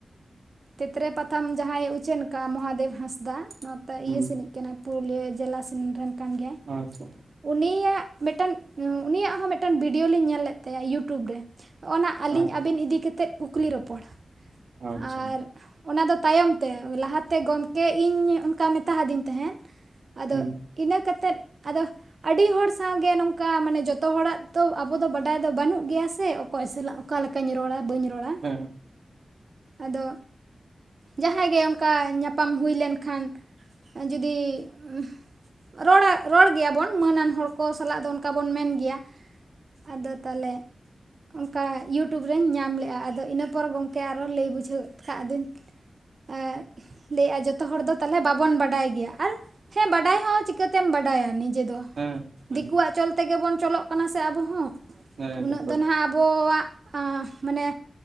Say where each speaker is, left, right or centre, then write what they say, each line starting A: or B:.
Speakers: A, on the right; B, on the right.
A: ᱛᱮᱛᱨᱮ ᱯᱟᱛᱷᱟᱢ ᱡᱟᱦᱟᱸᱭᱮ ᱩᱪᱷᱟᱹᱱ ᱠᱟᱜᱼᱟ ᱢᱚᱦᱟᱫᱮᱵ ᱦᱟᱸᱥᱫᱟ ᱱᱚᱛᱮ
B: ᱦᱩᱸ
A: ᱤᱭᱟᱹ ᱥᱮᱱᱤᱡ ᱠᱟᱱᱟᱭ ᱯᱩᱨᱩᱞᱤᱭᱟᱹ ᱡᱮᱞᱟ ᱥᱮᱱ ᱨᱮᱱ ᱠᱟᱱ ᱜᱮᱭᱟ
B: ᱟᱪᱪᱷᱟ
A: ᱩᱱᱤᱭᱟᱜ ᱢᱮᱫᱴᱟᱱ ᱩᱱᱤᱭᱟᱜ ᱦᱚᱸ ᱢᱮᱫᱴᱟᱱ ᱵᱷᱤᱰᱭᱳ ᱞᱤᱧ ᱧᱮᱞ ᱞᱮᱫ ᱛᱟᱭᱟ ᱤᱭᱩᱴᱩᱵᱽ ᱨᱮ ᱚᱱᱟ ᱟᱹᱞᱤᱧ
B: ᱟᱪᱪᱷᱟ
A: ᱟᱵᱮᱱ ᱤᱫᱤ ᱠᱟᱛᱮᱫ ᱠᱩᱠᱞᱤ ᱨᱚᱯᱚᱲ
B: ᱟᱪᱪᱷᱟ
A: ᱟᱨ
B: ᱟᱪᱪᱷᱟ
A: ᱚᱱᱟ ᱫᱚ ᱛᱟᱭᱚᱢ ᱛᱮ ᱞᱟᱦᱟᱛᱮ ᱜᱚᱢᱠᱮ ᱤᱧ ᱚᱱᱠᱟ ᱢᱮᱛᱟ ᱦᱟᱫᱤᱧ ᱛᱟᱦᱮᱸᱫ ᱟᱫᱚ
B: ᱦᱩᱸ
A: ᱤᱱᱟᱹ ᱠᱟᱛᱮᱫ ᱟᱫᱚ ᱟᱹᱰᱤ ᱦᱚᱲ ᱥᱟᱶᱜᱮ ᱱᱚᱝᱠᱟ ᱢᱟᱱᱮ ᱡᱚᱛᱚ ᱦᱚᱲᱟᱜ ᱛᱚ ᱟᱵᱚ ᱫᱚ ᱵᱟᱰᱟᱭ ᱫᱚ ᱵᱟᱹᱱᱩᱜ ᱜᱮᱭᱟ ᱥᱮ ᱚᱠᱚᱭ ᱥᱟᱞᱟᱜ ᱚᱠᱟ ᱞᱮᱠᱟᱧ ᱨᱚᱲᱟ ᱵᱟᱹᱧ ᱨᱚᱲᱟ
B: ᱦᱮᱸ
A: ᱟᱫᱚ ᱡᱟᱦᱟᱸᱭ ᱜᱮ ᱚᱱᱠᱟ ᱧᱟᱯᱟᱢ ᱦᱩᱭ ᱞᱮᱱᱠᱷᱟᱱ ᱡᱩᱫᱤ ᱩᱸᱜ ᱨᱚᱲᱟᱭ ᱨᱚᱲ ᱜᱮᱭᱟᱵᱚᱱ ᱢᱟᱹᱱ ᱟᱱ ᱦᱚᱲ ᱠᱚ ᱥᱟᱞᱟᱜ ᱫᱚ ᱚᱱᱠᱟ ᱵᱚᱱ ᱢᱮᱱ ᱜᱮᱭᱟ ᱟᱫᱚ ᱛᱟᱞᱮ ᱚᱱᱠᱟ ᱤᱭᱩᱴᱩᱵᱽ ᱨᱤᱧ ᱧᱟᱢ ᱞᱮᱜᱼᱟ ᱟᱫᱚ ᱤᱱᱟᱹ ᱯᱚᱨ ᱜᱚᱢᱠᱮ ᱟᱨᱚ ᱞᱟᱹᱭ ᱵᱩᱡᱷᱟᱹᱣ ᱠᱟᱫ ᱫᱳᱧ ᱮᱸᱜ ᱞᱮᱜᱟᱭ ᱡᱚᱛᱚ ᱦᱚᱲ ᱫᱚ ᱛᱟᱦᱞᱮ ᱵᱟᱵᱚᱱ ᱵᱟᱰᱟᱭ ᱜᱮᱭᱟ ᱟᱨ ᱦᱮᱸ ᱵᱟᱰᱟᱭ ᱦᱚᱸ ᱪᱤᱠᱟᱹᱛᱮᱢ ᱵᱟᱰᱟᱭᱟ ᱱᱤᱡᱮ ᱫᱚ
B: ᱦᱮᱸ ᱦᱮᱸ
A: ᱫᱤᱠᱩᱣᱟᱜ
B: ᱦᱮᱸ
A: ᱪᱚᱞ ᱛᱮᱜᱮ ᱵᱚᱱ ᱪᱚᱞᱚᱜ ᱠᱟᱱᱟ ᱥᱮ ᱟᱵᱚ ᱦᱚᱸ
B: ᱦᱮᱸ
A: ᱩᱱᱟᱹᱜ ᱫᱚ ᱱᱟᱦᱟᱸᱜ ᱟᱵᱚᱣᱟᱜ ᱟᱸᱜ ᱢᱟᱱᱮ